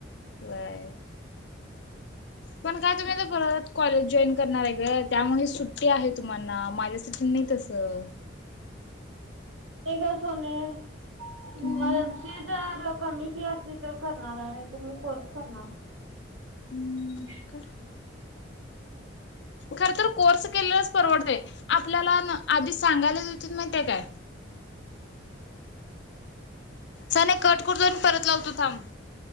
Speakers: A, on the left; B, on the right.
A: व्हय. पण काय तुम्ही आता परत कॉलेज जॉईन करणारय गं त्यामुळे सुट्टी आहे तुम्हांना माझ्यासाठी नाही तसं.
B: नाही गं सोने. मसी
A: हम्म
B: जर कमी फी असली तर करणार आहे तर मी कोर्स करणार. <inaudible>
A: हम्म
B: हम्म.
A: कर. खर तर कोर्स केलेलाच परवडतय. आप ल्याला ना आधीच सांगायलाच होती माहितीय काय? साने कट करतो आणि परत लावतो थांब.